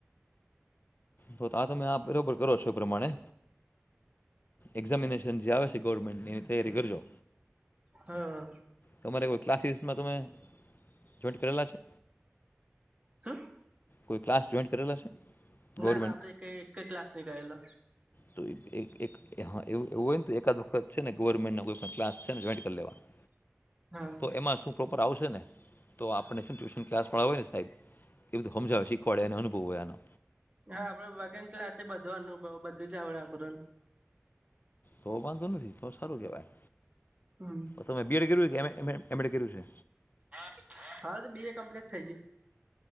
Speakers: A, on the left; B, on the right.
A: તો આ તમે આ બરોબર કરો છો? પ્રમાણે. એક્ઝામિનેશન જે આ આવે છે, ગવર્મેન્ટની તૈયારી કરજો.
B: હા.
A: તમારે કોઈ ક્લાસીસમાં તમે જોઈન્ટ કરેલા છે.
B: શું
A: કોઈ ક્લાસ જોઈન્ટ કરેલા છે. ગવર્મેન્ટ
B: ના, ના આપડે કઈ એકે ક્લાસ નઈ કરેલા.
A: તો એક-એક. હા, એવુ એવુ હોય ને, તો એકાદ વખત છે ને, ગવર્મેન્ટના કોઈ પણ કલાસ છે ને, જોઈન્ટ કરી લેવા. <unintelligible>
B: હા.
A: તો એમાં શું પ્રોપર આવસેને, તો આપને ટ્યુશન ક્લાસવાળા હોય ને, સાહેબ એવી રીતે સમજાવશે, શીખવાડે, અને અનુભવ હોય એનો.
B: હા, આપડે વગન ક્લાસે બધો અનુભવ બધું જ આવડે.
A: તો વાંધો નથી તો સારુ કેવાય
B: હમ્મ
A: તો મે બી એડ કર્યું કે એમ એ એમ એડ કર્યું છે
B: <inaudible> હા તો બી એ કમ્પ્લીટ થઈ ગયું